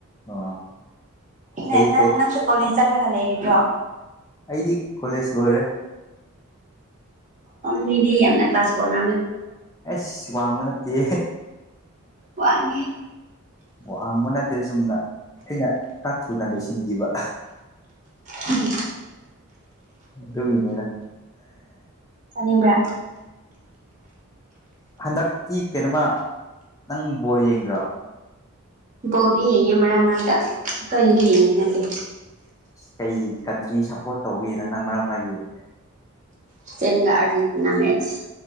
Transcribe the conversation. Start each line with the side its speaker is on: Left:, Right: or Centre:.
Left: ꯑꯣ
Right: ꯅꯪ
Left: ꯁꯩꯩ
Right: ꯅꯪꯁꯨ ꯀꯣꯂꯦꯖ ꯆꯠꯂꯒ ꯂꯩꯔꯤꯕ꯭ꯔꯣ
Left: ꯑꯩꯗꯤ ꯀꯣꯂꯦꯖ ꯂꯣꯏꯔꯦ
Right: ꯅꯤꯌꯦ ꯌꯥꯝꯅ ꯀ ꯀ꯭ꯂꯥꯁꯕꯔ
Left: ꯑꯦ ꯁ꯭ ꯋꯥꯃ ꯅꯠꯇ
Right: ꯋꯥꯉꯤ
Left: ꯋꯥꯍꯥꯡꯕ ꯅꯥꯠꯇꯦ ꯆꯨꯝꯅ ꯑꯩꯅ ꯈ ꯊꯨꯅ ꯂꯣꯏꯁꯤꯟꯈꯤꯕ
Right: ꯎꯝ
Left: ꯇꯒꯅꯤꯔ
Right: ꯅꯤꯡꯕ꯭ꯔ
Left: ꯍꯟꯗꯛꯀꯤ ꯀꯩꯅꯣꯝꯃ ꯅꯪꯕꯣ ꯌꯦꯡꯕ꯭ꯔꯣ
Right: ꯄꯣꯗꯤ ꯍꯥꯏ ꯃꯔ ꯃ ꯇ ꯊꯗꯤ ꯍꯥꯏꯗꯤ
Left: ꯀꯩ ꯀꯟꯇ꯭ꯔꯤ ꯁꯞꯄꯣꯔꯠ ꯇꯧꯒꯦꯅ ꯅꯪ ꯃꯔꯛ ꯃꯔ ꯌꯦꯡꯉꯤꯁꯦ
Right: ꯁꯄꯦꯟꯒꯥ ꯑꯔꯖꯦꯟꯇꯤꯅꯥ ꯃꯦꯆ